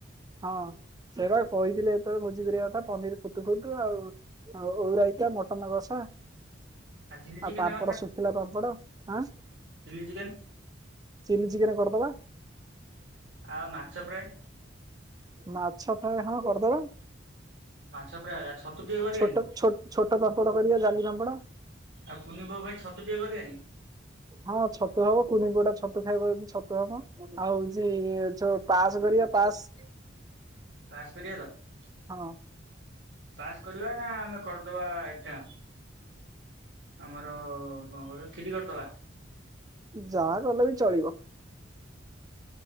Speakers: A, on the right; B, on the right.
A: ହଁ ସେଟା କହିଥିଲି ସେତେବେଳେ ଭୋଜି କରିବା କଥା ପନିର କୁତୁ କୁତୁ ଆଉ। ଉ ଓଉ ରାଇତା ମଟନ କସା
B: ଚିଲି ଚିକେନ
A: ଆଉ ପାମ୍ପଡ
B: ଟା
A: ଶୁଖିଥଲା ପାମ୍ପଡ। ଆଁ।
B: Chilli chicken.
A: ଚିଲ୍ଲି ଚିକେନ କରିଦବା।
B: ଆଉ ମାଛ ପ୍ରାଏ।
A: ମାଛ ପ୍ରାଏ ହଁ କରିଦବା।
B: ମାଛ ପ୍ରାଏ ଆଉ ଛତୁ ଟିକେ କରିବାନି।
A: ଛୋଟ ଛୋ ଛୋଟ ପାମ୍ପଡ କରିବା ଜାଲି ପାମ୍ପଡ।
B: ଆଉ କୁନି ପୁଅ ପାଇଁ ଛତୁଟିକେ କରିବାନି।
A: ହଁ ଛତୁ ହବ କୁନି ପୁଅ ଟା ଛତୁ ଖାଇବ ଯଦି ଛତୁ ହବ ‌। ଆଉ ହଉଛି ଯୋଉ ପାସ୍ କରିବା ପାସ୍।
B: ପାସ୍ କରିବା ତ।
A: ହଁ।
B: ପାସ୍ କରିବା ନା ଆମେ କରିଦବା ଏଟା। ଆମର କଣ କହିବ କ୍ଷିରି କରିଦବା
A: ଯାହା କଲେ ବି ଚଳିବ